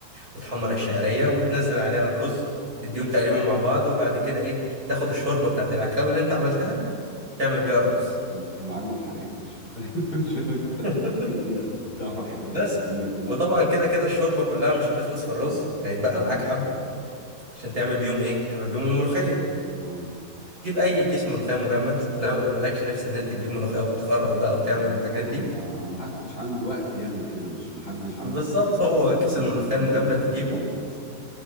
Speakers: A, on the right (about 20°); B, on the left (about 30°).
A: وتحمر الشعريه وتنزل عليها الرز تديهم تقريبا مع بعض وبعد كده ايه تاخد الشوربه بتاعت العكاوي اللي انت عملتها تعمل بيها الرز
B: انت يا معلم حريف فشخ <laughs> انا مش فاهم انت
A: <laughs>
B: انت بتعرف تعمل
A: بس
B: الكلام ده كله
A: وطبعا
B: إزاي.
A: كده كده الشوربه كلها مش هتخلص في الرز هيتبقى
B: اه
A: معاك حبه عشان تعمل بيهم ايه تعمل بيهم الملوخيه
B: اه
A: تجيب اي كيس ملوخيه مجمد لو مالكش نفس ان انت تجيب ملوخيه وتخرط بقى وتعمل
B: ما
A: الحاجات
B: هو
A: دي
B: ما ما حدش عنده وقت يعمل كده مش ما حدش عنده
A: بالظبط
B: يعني
A: هو كيس
B: الموضوع
A: الملوخيه
B: في
A: المجمد
B: النت
A: تجيبه
B: دلوقتي